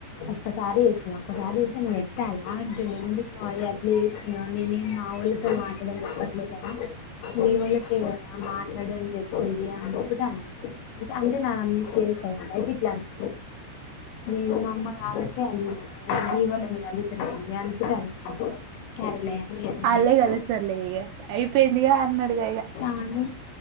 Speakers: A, on the left; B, on the right.
A: ఒక్కసారి చేసినవ్ ఒక్కసారి చేస్తే నేన్ ఎత్తాలా అంటుండు ఎందుకు మామయ్య అట్లా చేస్తున్నవ్ నేనే మాళ్ళతో మాట్లాడమని చెప్పట్లేదు కదా మీ వాళ్ళ కదా మాట్లాడు అని చెప్పేది అనుకుంటాను అంటే నా మీద సీరియస్ అయిండు అయితే ఇట్లా అన్నా నేను మా అమ్మ కాబట్టే అన్నది నీ వోల్ల మీద అలుగుతుంది అనుకుంటే అనుకోని సరేలే అని
B: ఆల్లే
A: నేను
B: గలుస్తర్లే ఇగ అయిపోయిందిగా అన్నడిగ
A: కానీ